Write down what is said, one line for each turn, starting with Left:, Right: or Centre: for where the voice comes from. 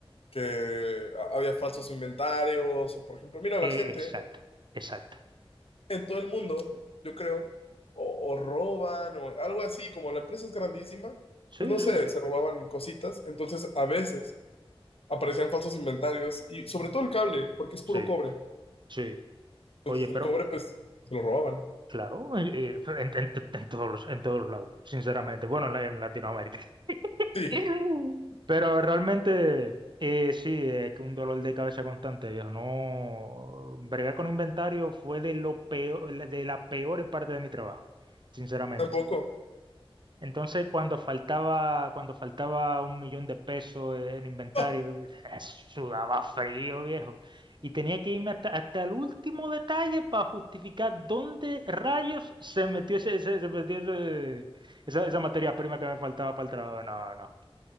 Left: que a- había falsos inventarios o por ejemplo, mira
Right: Eh,
Left: la gente.
Right: exacto, exacto.
Left: en todo el mundo, yo creo, o, o roban o algo así, como la empresa es grandísima, pues
Right: Sí,
Left: no
Right: sí,
Left: sé, se robaban cositas, entonces a veces aparecían falsos inventarios y sobre todo el cable, porque es puro
Right: sí,
Left: cobre,
Right: sí.
Left: entonces
Right: Oye,
Left: el
Right: pero,
Left: cobre pues se lo robaban.
Right: claro, eh, eh, en, en- en todos los, en todos los lados, sinceramente. Bueno, en la- en Latinoamérica.
Left: Sí,
Right: <laughs> Pero realmente, eh, sí, es que un dolor de cabeza constante, viejo. No, bregar con inventario fue de lo peor, de la peor parte de mi trabajo, sinceramente.
Left: tampoco.
Right: Entonces, cuando faltaba, cuando faltaba un millón de pesos en inventario,
Left: Ah,
Right: <laughs> sudaba frío, viejo. Y tenía que irme hasta, hasta el último detalle para justificar dónde rayos se metió ese, ese- se metió ese- esa, esa materia prima que me faltaba para el trabajo. No, no,